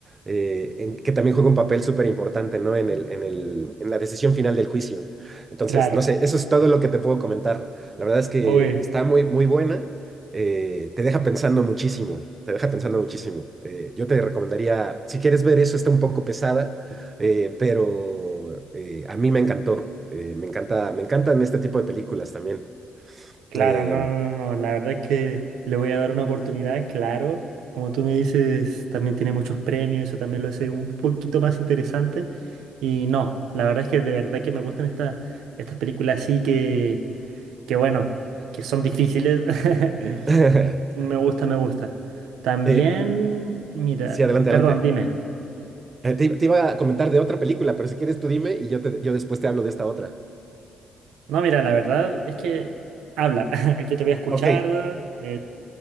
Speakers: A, on the right (about 35°); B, on the right (about 80°).
A: Eh, en- que también juega un papel súper importante, ¿no? En el, en el, en la decisión final del juicio. Entonces,
B: claro.
A: no sé, eso es todo lo que te puedo comentar. La verdad es que
B: Uy,
A: está muy, muy buena. eh, te deja pensando muchísimo, te deja pensando muchísimo. Eh, yo te recomendaría, si quieres ver eso, está un poco pesada, eh, pero eh, a mí me encantó. eh, me encanta, me encantan este tipo de películas también.
B: claro,
A: Eh,
B: no, no, no. no, La verdad es que le voy a dar una oportunidad, claro. Como tú me dices, también tiene muchos premios, eso también lo hace un poquito más interesante. Y no, la verdad es que de verdad que me gustan estas estas películas así que, que bueno, que son difíciles. <laughs>
A: <laughs>
B: Me gusta, me gusta. También,
A: eh,
B: mira,
A: sí, adelante,
B: perdón,
A: adelante.
B: dime.
A: Eh, te, te iba a comentar de otra película, pero si quieres tú dime y yo, te- yo después te hablo de esta otra.
B: No, mira, la verdad es que habla. <laughs> Yo te voy a escuchar.
A: Ok,
B: eh,